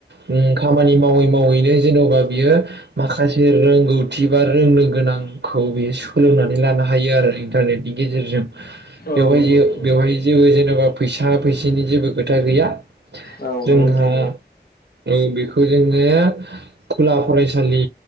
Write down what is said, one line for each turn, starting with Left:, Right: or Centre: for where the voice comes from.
Right: ओम खामानि मावै मावैनो जेन'बा बियो माखासे रोंगौथि बा रोंनो गोनां खौ बेयो सोलोंनानै लानो हायो आरो इन्टारनेटनि गेजेरजों
Left: औ
Right: बेवहाय
Left: नंगौ
Right: जे
Left: नोंथां नंगौ
Right: बेवहाय जेबो जेनेबा फैसा फैसिनि जेबो खोथा गैया।
Left: औ
Right: जोंहा
Left: नंगौ नोंथां नंगौ
Right: औ बेखौ जोङो खुला फरायसालि